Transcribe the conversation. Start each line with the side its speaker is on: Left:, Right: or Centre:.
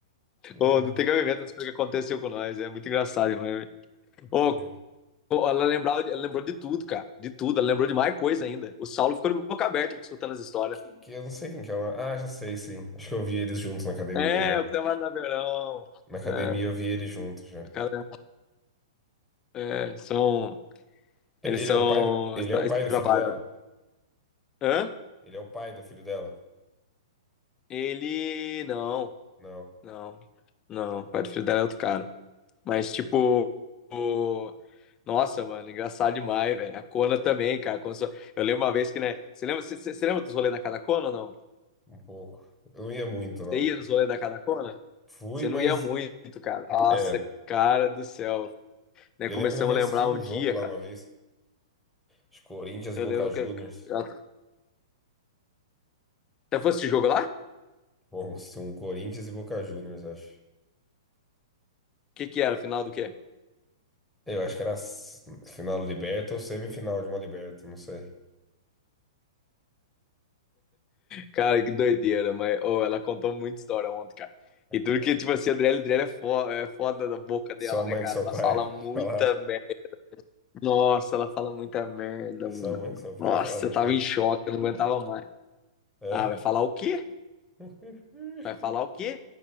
Centre: É,
Left: Ô, não tem cabimento as coisas que aconteceu com nós. É muito engraçado, né? Ô,
Centre: é.
Left: ô, ela, lembrava, ela lembrou de tudo, cara. De tudo. Ela lembrou de mais coisa ainda. O Saulo ficou de boca aberta escutando as histórias.
Centre: Que, que eu não sei quem que é. o Ah, já sei, sim. Acho que eu vi eles juntos na academia
Left: É,
Centre: já.
Left: o que tava na verão.
Centre: Na academia
Left: É,
Centre: eu vi eles juntos já.
Left: cara, é, são.
Centre: É,
Left: Eles
Centre: Ele
Left: são.
Centre: é o pai, ele
Left: eles tra-
Centre: é o pai do
Left: Trabalham.
Centre: filho dela?
Left: Hã?
Centre: Ele é o pai do filho dela?
Left: Ele. Não.
Centre: Não,
Left: Não, não, o pai do filho dela é outro cara. Mas, tipo, o- nossa, mano, engraçado demais, velho. A Kona também, cara. Quando só- Eu lembro uma vez que, né? Você lembra, você, você- você lembra dos rolês da Casa Kona ou não?
Centre: um pouco. Eu não ia muito,
Left: Você
Centre: não.
Left: ia nos rolês da Casa Kona?
Centre: Fui,
Left: Você
Centre: mas.
Left: não ia muito, cara. Nossa,
Centre: É.
Left: cara do céu. Né,
Centre: Eu
Left: começamos
Centre: lembro que nós assistimos
Left: a lembrar um
Centre: um
Left: dia,
Centre: jogo lá
Left: cara.
Centre: uma vez. Acho que Corinthians
Left: Eu
Centre: e Boca
Left: lembro
Centre: Juniors.
Left: que. que- eu Até foi esse jogo lá? O
Centre: Bom, se um Corinthians e Boca Juniors, acho.
Left: que que era? Final do quê?
Centre: Eu acho que era s- final da Liberta ou semifinal de uma Liberta, não sei.
Left: Cara, que doideira, mas oh, ela contou muita história ontem, cara.
Centre: É.
Left: E tudo que, tipo assim, a Adriele Adriele é fo- é foda da boca dela,
Centre: Sua mãe
Left: né, cara?
Centre: com seu
Left: Ela
Centre: pai
Left: fala
Centre: <laughs> que
Left: muita
Centre: falaram.
Left: merda Nossa, ela fala muita merda,
Centre: E
Left: mano.
Centre: sua mãe com seu pai
Left: Nossa,
Centre: falaram
Left: eu
Centre: o quê?
Left: tava em choque, eu não aguentava mais.
Centre: É?
Left: Ah, vai falar o quê?
Centre: <laughs>
Left: Vai falar o quê?